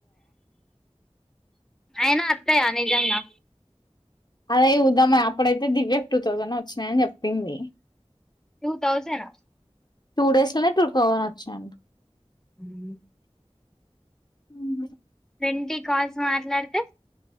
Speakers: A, in the centre; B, on the left.
A: అయినా అత్తయా నిజంగా
B: అదే చుద్దామా అప్పుడైతే దివ్యకి టూ తౌసండ్ వచ్చినాయి అని చెప్పింది
A: టూ తౌజను
B: టూ డేస్ లోనే టూ తౌసండ్ వచ్చినాయంట
A: హ్మ్
B: మ్మ్
A: ట్వంటీ కాల్స్ మాట్లాడితే